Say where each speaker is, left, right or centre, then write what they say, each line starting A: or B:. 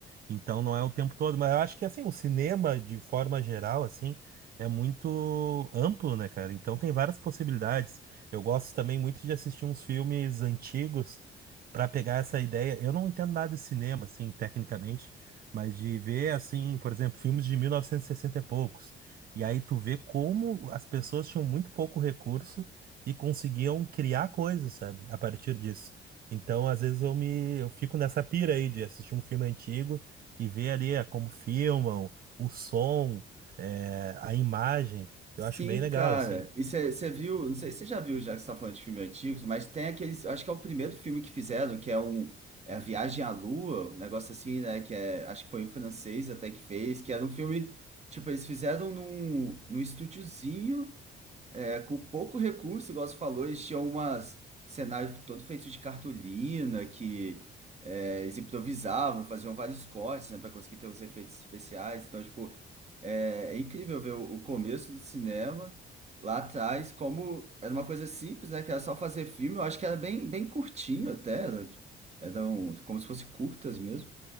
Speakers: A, on the right; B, on the right.
A: Então não é o tempo todo, mas eu acho que assim, o cinema de forma geral assim é muito amplo, né, cara? Então tem várias possibilidades. Eu gosto também muito de assistir uns filmes antigos para pegar essa ideia. Eu não entendo nada de cinema assim, tecnicamente, mas de ver assim, por exemplo, filmes de 1960 e poucos. E aí tu vê como as pessoas tinham muito pouco recurso e conseguiam criar coisas, sabe? A partir disso. Então, às vezes eu me eu fico nessa pira aí de assistir um filme antigo e ver ali eh, como filmam, o som, eh, a imagem.
B: Sim,
A: Eu acho bem legal,
B: cara.
A: assim.
B: E você viu, não sei se você já viu, já que você está falando de filmes antigos, mas tem aqueles, acho que é o primeiro filme que fizeram, que é um é a Viagem à Lua, um negócio assim, né? Que é, acho que foi um francês até que fez, que era um filme, tipo, eles fizeram num, num estúdiozinho. É, com pouco recurso, igual você falou, eles tinham umas cenários todos feitos de cartolina, que é, eles improvisavam, faziam vários cortes, né, para conseguir ter os efeitos especiais. Então, tipo, é, é incrível ver o, o começo do cinema lá atrás, como era uma coisa simples, né, que era só fazer filme. Eu acho que era bem, bem curtinho até, era, eram como se fossem curtas mesmo.